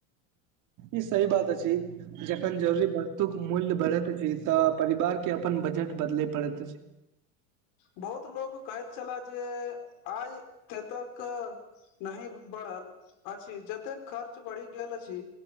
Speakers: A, on the right; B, on the left.
A: ई सही बात अछि जखन जरूरी वस्तुक मूल्य बढ़ैत अछि तऽ परिवार के अपन बजट बदले पड़ैत अछि
B: बहुत लोग कहैत छले जे आय ए तक नही बढ़ल अछि जतेक खर्च बढ़ि गेल अछि